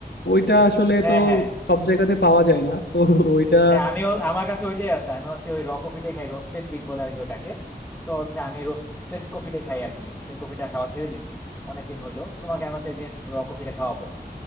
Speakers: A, on the left; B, in the centre.
A: ওইটা আসলে
B: হ্যাঁ
A: তো
B: হ্যাঁ
A: সব জায়গাতে পাওয়া যায় না তো ওইটা
B: হ্যাঁ আমিও আমার কাছে ওইটাই আছে আমি হচ্ছে ওই র কফিটাই খাই রোস্টেড বিট বলে আর কি ওটাকে তো হচ্ছে আমি রোস্টেড কফিটাই খাই আর কি ইনস্ট্যান্ট কফিটা খাওয়া ছেড়ে দিছি অনেকদিন হইলো তোমাকে আমি হচ্ছে একদিন র কফিটা খাওয়াবো